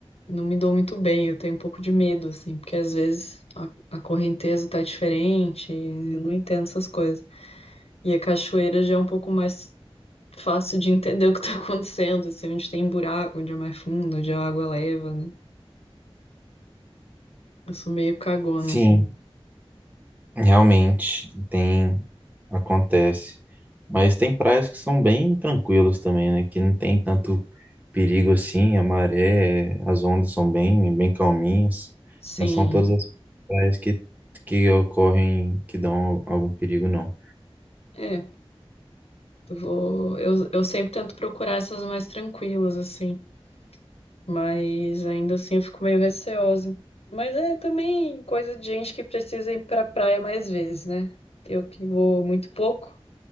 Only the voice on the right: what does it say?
Sim,
realmente tem, acontece. Mas tem praias que são bem tranquilas também, né? Que não tem tanto perigo assim, a maré, as ondas são bem, bem calminhas.
Não são todas as praias que, que ocorrem, que dão algum perigo, não.